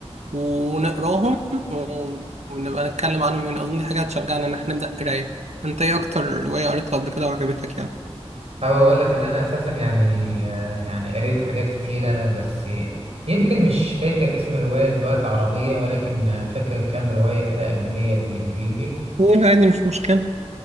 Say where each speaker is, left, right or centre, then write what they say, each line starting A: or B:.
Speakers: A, on the right (about 85°); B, on the right (about 70°).
A: ونقراهم و- ونبقى نتكلم عنهم يعني اظن دي حاجة هتشجعنا ان احنا نبدأ قراية انت ايه اكتر رواية قريتها قبل كده وعجبتك يعني
B: حابب اقول لك ان انا اساسا يعني آه، يعني قريت حاجات كتيره بس يمكن مش فاكر اسم روايه دلوقتي عربيه ولكن فاكر كام روايه كده اجنبيه بالانجليزي
A: قول عادي مش مشكلة